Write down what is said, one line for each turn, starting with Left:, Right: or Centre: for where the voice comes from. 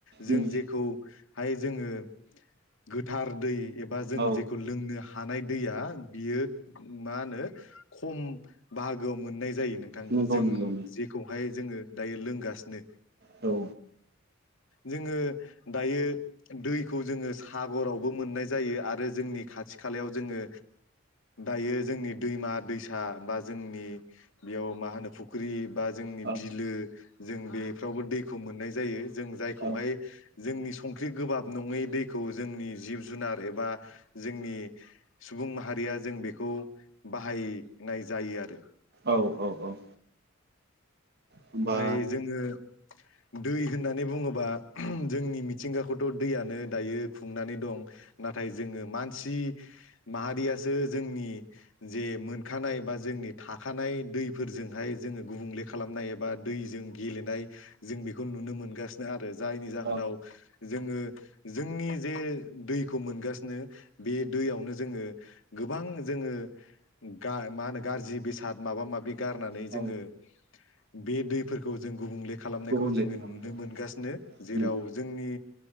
Left: जों
Right: उम
Left: जेखौ हाय जोङो गोथार दै एबा जों
Right: औ
Left: जेखौ लोंनो हानाय दैया बियो मा होनो खम बाहागोआव मोननाय जायो नोंथां
Right: नंगौ
Left: जों
Right: नंगौ
Left: जेखौहाय जोङो दायो लोंगासिनो
Right: औ
Left: जोङो दायो दैखौ जोङो सागरावबो मोननाय जायो आरो जोंनि खाथि खालायाव जोङो दायो जोंनि दैमा दैसा बा जोंनि बेयाव मा होनो फुख्रि बा जोंनि
Right: औ
Left: बिलो जों बेफ्रावबो दैखौ मोननाय जायो जों जायखौहाय
Right: औ
Left: जोंनि संख्रि गोबाब नङै दैखौ जोंनि जिब जुनार एबा जोंनि सुबुं माहारिया जों बेखौ बाहायनाय जायो आरो
Right: औ औ औ होमबा
Left: ओमफाय जोङो दै होननानै बुङोबा ओहम जोंनि मिथिंगाखौथ' दैयानो दायो खुंनानै दं नाथाय जोङो मानसि माहारियासो जोंनि जे मोनखानाय बा जोंनि थाखानाय दैफोरजोंहाय जोङो गुबुंले खालामनाय ए बा दैजों गेलेनाय जों बेखौ नुनो मोनगासिनो आरो जायनि जाहोनाव
Right: औ
Left: जोङो जोंनि जे दैखौ मोनगासिनो बे दैयावनो जोङो गोबां जोङो गा मा होनो गाज्रि बेसाद माबा माबि गारनानै
Right: औ
Left: जोङो बे दैफोरखौ जों गुबुंले खालामनायखौ
Right: गुबुंले
Left: जोङो
Right: खालामदों
Left: नुनो मोनगासिनो जेराव
Right: उम
Left: जोंनि